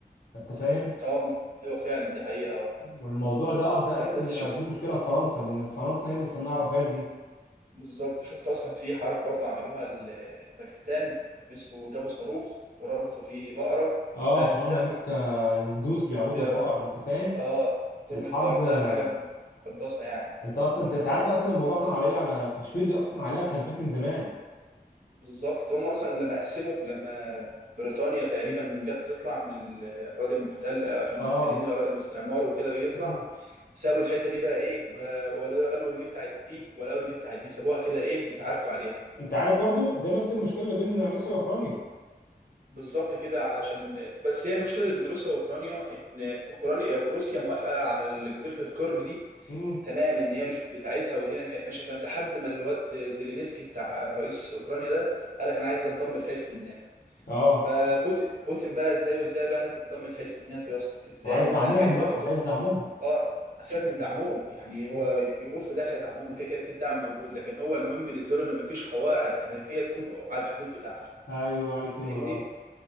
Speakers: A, on the left (about 75°); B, on the right (about 60°).
A: انت فاهم
B: اه م- ايوه فعلا دي حقيقه اه
A: والموضوع ده ادى اصلا
B: ب- بس
A: ان
B: شفت
A: في مشكله في فرنسا لان فرنسا هي اللي مصنعه الرافال دي
B: بالظبط شفت اصلا في حركه برضه عملوها ال- باكستان مسكوا جابوا صاروخ وربطوا فيه بقره
A: اه
B: فاهم
A: عشان
B: انت
A: هم هناك آه، الهندوس بيعبدوا
B: بيقعد-
A: البقر انت فاهم
B: اه ضم
A: الحرب
B: البار ده
A: آه،
B: حاجه مقدسه يعني
A: انت اصلا انت أنت عارف اصلا الموضوع كان عليا على كشمير دي اصلا عليها خلافات من زمان
B: بالظبط هم اصلا لما قسموا لما بريطانيا تقريبا جت تطلع من الاراضي المحتله كانوا
A: اه
B: محتلين الاراضي الاستعمار وكده جه يطلع
A: مم.
B: سابوا الحته دي بقى ايه ما- ولا قالوا دي بتاعت دي ولا قالوا دي بتاعت دي سابوها كده ايه يتعاركوا عليها
A: انت عارف برضو ده نفس المشكله اللي بين روسيا واوكرانيا
B: بالظبط كده علشان بس هي المشكله اللي بين روسيا واوكرانيا ان اوكرانيا روسيا موافقه على جزيره القرم دي
A: امم
B: تمام ان هي مش بتاعتها ودي يعني كانت ماشيه تمام لحد ما الواد زيلينسكي بتاع رئيس اوكرانيا ده قال لك انا عايز انضم لحلف الناتو
A: اه
B: فبوتين بوتين بقى ازاي وازاي بقى انت تنضم لحلف الناتو يا اسطى ازاي
A: وعايز
B: ما
A: دعمهم
B: انت انت عايز يبقى
A: فاهمني بقى
B: فيك
A: عايز دعمهم
B: اه سيبك من دعمهم يعني هو يغور في داهيه دعمهم ما كده كده في الدعم موجود لكن هو المهم بالنسبه له ان ما فيش قواعد امريكيه تكون على الحدود بتاعته
A: ايوه عليك نور
B: فاهمني
A: اه